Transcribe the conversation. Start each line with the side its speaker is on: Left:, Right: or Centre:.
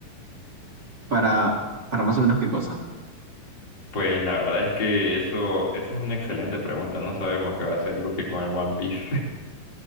Right: Para, para más o menos qué cosa.
Left: Pues la verdad es que eso, esa es una excelente pregunta. No sabemos qué va a hacer Luffy con el One Piece.